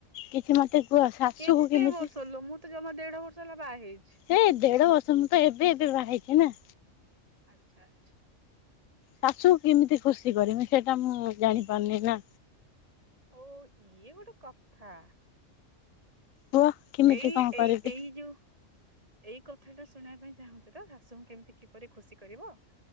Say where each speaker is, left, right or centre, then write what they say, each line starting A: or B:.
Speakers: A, on the left; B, on the right.
A: କିଛି ମତେ କୁହ ଶାଶୁକୁ
B: କେତେ
A: କେମିତି?
B: ବର୍ଷ ଲୋ ମୁଁ ତ ଜମା ଦେଢ ବର୍ଷ ହେଲା ବାହା ହେଇଛି।
A: ହେ ଦେଢ ବର୍ଷ ମୁଁ ତ ଏବେ ଏବେ ବାହା ହେଇଛି ନା।
B: ଆଚ୍ଛା ଆଚ୍ଛା।
A: ଶାଶୁ କ କେମିତି ଖୁସି କରିବି ସେଇଟା ମୁଁ ଜାଣି ପାରୁନି ନା।
B: ଓ ଇଏ ଗୋଟେ କଥା।
A: କୁହ। କେମିତି
B: ଏଇ
A: କଣ
B: ଏଇ
A: କରିବି
B: ଏଇ ଯୋଉ ଏଇ କଥାଟା ଶୁଣିବା ପାଇଁ ଚାହୁଁଚୁ ତ ଶାଶୁଙ୍କୁ କେମତି କିପରି ଖୁସି କରିବ।